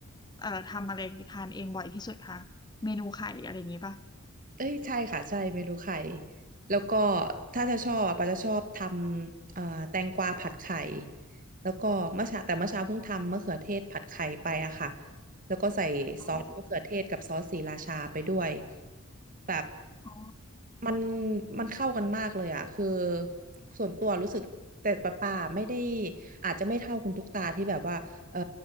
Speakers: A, on the left; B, on the right.
A: เอ่อทำอะไรทานเองบ่อยที่สุดคะเมนูไข่อะไรอย่างงี้ป่ะ
B: เอ้ยใช่ค่ะใช่เมนูไข่แล้วก็ถ้าจะชอบอะปาจะชอบทำเอ่อแตงกวาผัดไข่แล้วก็เมื่อเช้าแต่เมื่อเช้าเพิ่งทำมะเขือเทศผัดไข่ไปอะค่ะแล้วก็ใส่ซอสมะเขือเทศกับซอสศรีราชาไปด้วย
A: อ๋อ
B: แบบ
A: อ๋อ
B: มันมันเข้ากันมากเลยอ่ะคือส่วนตัวรู้สึกแต่ปะป่าไม่ได้อาจจะไม่เท่าคุณตุ๊กตาที่แบบว่าเออ